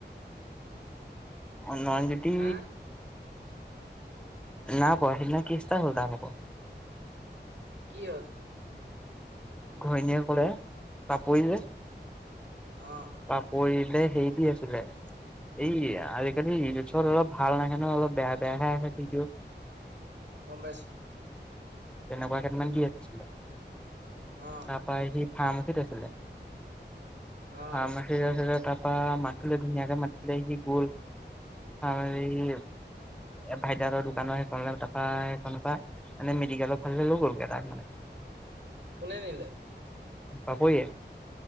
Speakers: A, in the centre; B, on the right.
A: অঁ নয়নজ্যোতি
B: হা
A: নাই পোৱা, সিদিনা কেষ্ট এটা হ'ল তাৰ ভাগৰ।
B: কি হ'ল?
A: ঘৈণীয়ে ক'লে পাপৰি যে
B: অ
A: পাপৰি দে হেৰিটি আছিলে, এই আজিকালি ৰিলছত অলপ ভাল নাহে ন অলপ বেয়া-বেয়াহে আহে ভিডিঅ'।
B: গম পাইছোঁ।
A: তেনেকুৱা কেইটামান কি আহিছিলে?
B: অ
A: তাৰপৰা <unintelligible> ফাৰ্মাছিত আছিলে। অ
B: অ
A: ফাৰ্মাছিত আছিলে তাৰপা মাতিলে ধুনীয়াকে, মাতিলে সি গল <unintelligible> আৰু এই ভাইদাহঁতৰ দোকানৰ সেইখনলে তাৰপা সেইখনৰ পৰা মানে মেডিকেলৰ ফালে লৈ গ'লগৈ তাৰপাছত
B: কোনে নিলে?
A: পাপৰিয়ে?